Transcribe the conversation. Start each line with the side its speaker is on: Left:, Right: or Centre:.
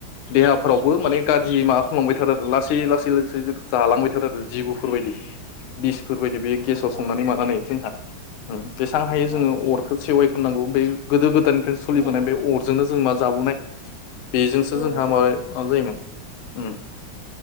Left: देहाफ्रावबो माने गाज्रि माबा खालामांबाय थादों आरो लास- बेयो लासै लासै जोंखो जालांबाय थादो आरो जिबुफोरबायदि बिसफोरबायदि बे गेसाव संनानै
Right: औ नोंथां
Left: मानानै जोंहा औ बेसेबां हायो जोङो
Right: औ
Left: अरखो सेवाइ खुंनांगौ बै गोदो गोदायनि सोलिबोनाय
Right: औ
Left: बे अरजोंनो जों मा जाबोनाय बेजोंसो
Right: औ
Left: जोंहा
Right: नोंथां
Left: माबे मा जायोमोन उम